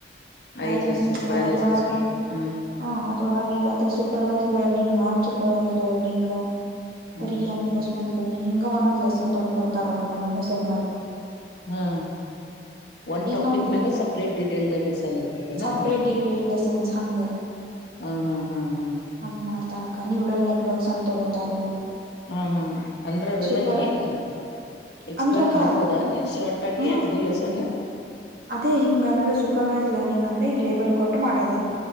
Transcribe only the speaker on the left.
ಐದ್
ಲೆಸನ್ಸ್
ಫೈವ್
ಲೆಸನ್ಸ್ ಹ
ಹ್ಮ್
ಹ್ಮ್ ಒಂದು್ ಟಾಪಿಕ್
ಮಾಗ ಸಪ್ರೇಟ್ ಡಿಟೇಲ್ಡ್ಲ್ಲಿಸನ್ ಇರ್ತತನಾ
ಹ ಹಾ ಹಾ ಹಾ
ಹಾ ಹಾ ಅಂದ್ರ ಅವೆಲ್ಲಾ
ಏನ್ ಎಕ್ಸ್ಪ್ಲೇನ್
ಮಾಡ್ಬೋದಾ ನೀ ಶಾರ್ಟ್ ಆಗಿ
ಐದು ಲೆಸನ್